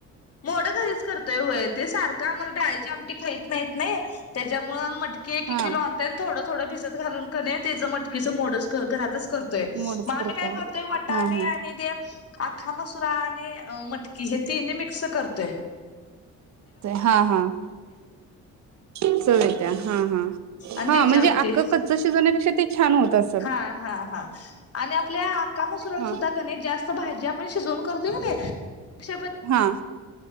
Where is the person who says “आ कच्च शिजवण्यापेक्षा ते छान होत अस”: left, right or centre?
Right